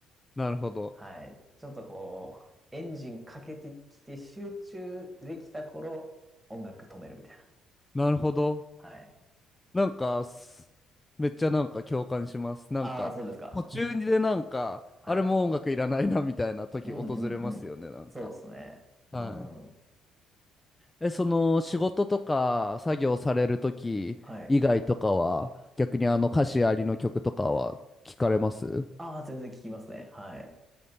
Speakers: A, on the left; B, on the right.
A: なるほど。
B: はい。ちょっとこう、エンジンかけてきて集中できた頃、音楽止めるみたいな。
A: なるほど。
B: はい。
A: なんか、すめっちゃなんか共感します。なんか、
B: ああ、そうですか。
A: 途中でなんか、
B: はい。
A: あれもう音楽いらないなみたいな時訪れますよね、
B: うんうんうん。
A: なんか。
B: そうですね。
A: はい。
B: うん。
A: え、その仕事とか作業される時以外とかは、
B: はい。
A: 逆にあの歌詞ありの曲とかは聞かれます
B: ああ、全然聞きますね。はい。